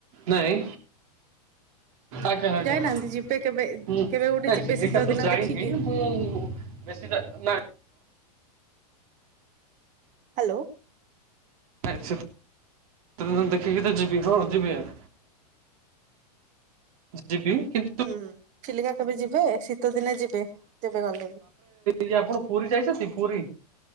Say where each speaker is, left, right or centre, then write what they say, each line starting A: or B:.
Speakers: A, on the right; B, on the right.
A: ନାଇଁ।
B: <inaudible>
A: ଆଜ୍ଞା ଆଜ୍ଞା
B: ଯାଇନାହାନ୍ତି ଯିବେ କେବେ,
A: ହୁଁ
B: କେବେ ଗୋଟେ
A: ନାଇଁ
B: ଯିବେ
A: ଚିଲିକା
B: ଶୀତ
A: ତ
B: ଦିନ
A: ଯାଇନି
B: ଦେଖିକି
A: ମୁଁ ବେଶୀ ତା ନାଁ
B: ହ୍ୟାଲୋ?
A: ନାଇଁ ଶୀତଦିନ ଦେଖିକି ତ ଯିବି, ହଁ ଯିବି ଆ ଯିବି କି
B: ହୁଁ ଚିଲିକା କେବେ ଯିବେ, ଶୀତ ଦିନେ ଯିବେ, ଯେବେ ଗଲେ ବି
A: ଇ ଆପଣ ପୁରୀ ଯାଇଛନ୍ତି? ପୁରୀ?